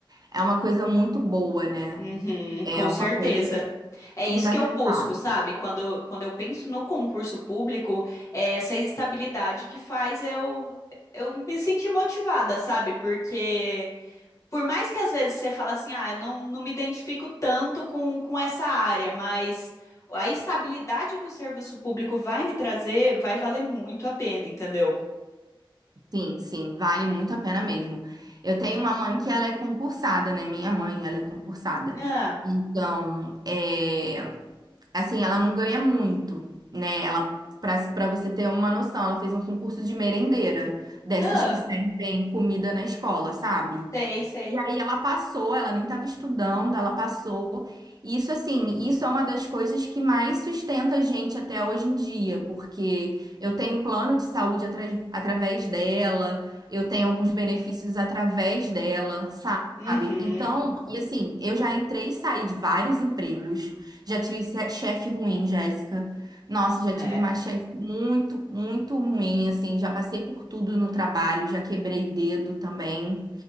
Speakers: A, on the right; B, on the left.
A: é uma coisa muito boa, né?
B: uhum,
A: É
B: com
A: uma
B: certeza.
A: coisa
B: É
A: fundamental.
B: isso que eu busco, sabe? Quando, quando eu penso no concurso público, é essa estabilidade que faz eu, eu me sentir motivada, sabe? Porque por mais que às vezes você fala assim, ah, eu não, não me identifico tanto com, com essa área, mas a estabilidade que o serviço público vai me trazer vai valer muito a pena, entendeu?
A: Sim, sim, vale muito a pena mesmo. Eu tenho uma mãe que ela é concursada, né? Minha mãe, ela é concursada.
B: Ah,
A: Então, é. assim, ela não ganha muito, né? Ela para para você ter uma noção, ela fez um concurso de merendeira, dessas
B: ah,
A: que servem comida na escola, sabe?
B: sei, sei.
A: E aí ela passou, ela nem estava estudando, ela passou. E Isso assim, isso é uma das coisas que mais sustenta a gente até hoje em dia, porque eu tenho plano de saúde atra- através dela, eu tenho alguns benefícios através dela, sabe?
B: Uhum,
A: Então, e assim, eu já entrei e saí de vários empregos, já tive se- chefe ruim, Jéssica. Nossa, já
B: é,
A: tive mais chefe muito, muito ruim, assim, já passei por tudo no trabalho, já quebrei dedo também